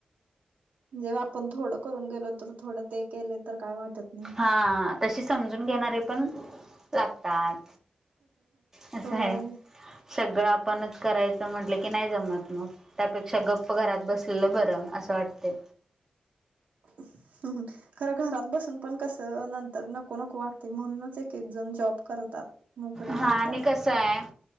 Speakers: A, on the right (about 85°); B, on the right (about 20°).
A: म्हणजे आपण थोडं करून गेलो तर थोडं ते केले तर काय वाटत नाही.
B: हा तशी समजून घेणारे पण लागतात. असं
A: होय.
B: आहे. सगळं आपणच करायचं म्हटलं की नाही जमत मग, त्यापेक्षा गप्प घरात बसलेलं बरं असं वाटतंय.
A: <unintelligible> खरं घरात बसून पण कसं नंतर नको नको वाटतंय म्हणूनच एक एक जण जॉब करतात. नोकरी
B: हा
A: करतात
B: आणि कसं आहं.